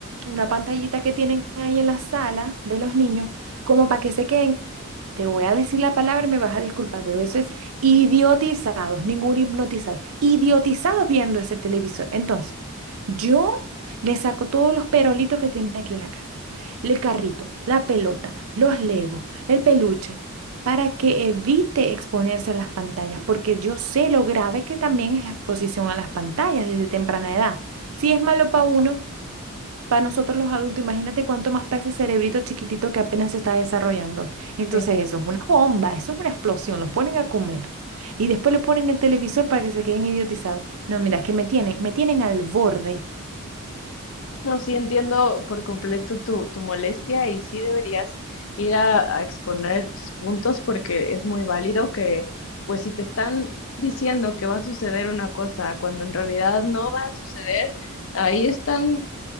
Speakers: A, on the right (about 70°); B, on the left (about 60°).
A: una pantallita que tienen ahí en la sala de los niños, como para que se queden, te voy a decir la palabra y me vas a disculpar, pero eso es idiotizados, ningún hipnotizado, idiotizados viendo ese televisor. Entonces, yo le saco todos los perolitos que tienen aquí en la casa el carrito, la pelota, los legos, el peluche, para que evite exponerse a las pantallas, porque yo sé lo grave que también es la exposición a las pantallas desde temprana edad. Si es malo para uno, para nosotros los adultos, imagínate cuánto más para ese cerebrito chiquitito que apenas se está desarrollando. Entonces
B: Sí.
A: eso es una bomba, eso es una explosión, los ponen a comer. Y después le ponen el televisor para que se queden idiotizados. No, mira, es que me tienen, me tienen al borde.
B: No, sí entiendo por completo tu, tu molestia y sí deberías ir a, a exponer tus puntos porque es muy válido que, pues si te están diciendo que va a suceder una cosa cuando en realidad no va a suceder, ahí están